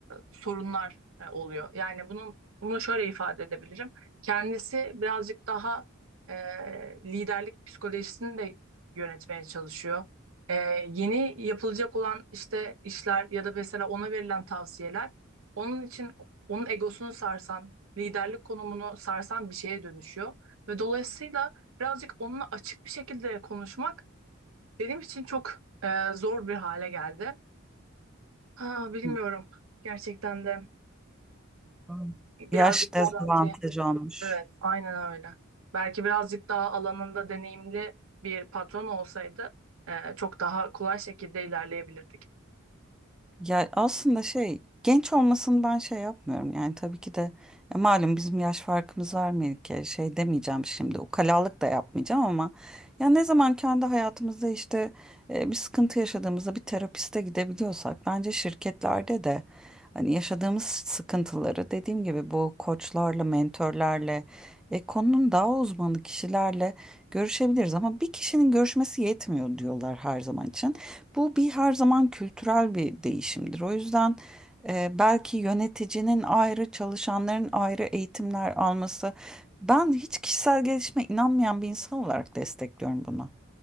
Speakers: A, on the right (about 85°); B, in the centre.
A: sorunlar e, oluyor. Yani bunun bunu şöyle ifade edebilirim. Kendisi birazcık daha e, liderlik psikolojisini de yönetmeye çalışıyor ee, yeni yapılacak olan işte işler ya da mesela ona verilen tavsiyeler onun için onun egosunu sarsan, liderlik konumunu sarsan bir şeye dönüşüyor. Ve dolayısıyla birazcık onunla açık bir şekilde konuşmak benim için çok e, zor bir hale geldi. Ha, bilmiyorum.
B: Hı.
A: Gerçekten de
B: Hı.
A: e,
B: Yaş
A: birazcık
B: dezavantajı
A: daha belki
B: olmuş.
A: evet aynen öyle. Belki birazcık daha alanında deneyimli bir patron olsaydı e, çok daha kolay şekilde ilerleyebilirdik.
B: Ya aslında şey genç olmasını ben şey yapmıyorum yani tabii ki de e, malum bizim yaş farkımız var Melike şey demeyeceğim şimdi ukalalık da yapmayacağım ama ya ne zaman kendi hayatımızda işte e, bir sıkıntı yaşadığımızda bir terapiste gidebiliyorsak bence şirketlerde de hani yaşadığımız sıkıntıları dediğim gibi bu koçlarla mentorlarla e, konunun daha uzmanı kişilerle görüşebiliriz ama bir kişinin görüşmesi yetmiyor diyorlar her zaman için. Bu bir her zaman kültürel bir değişimdir. O yüzden e, belki yöneticinin ayrı, çalışanların ayrı eğitimler alması. Ben hiç kişisel gelişime inanmayan bir insan olarak destekliyorum bunu.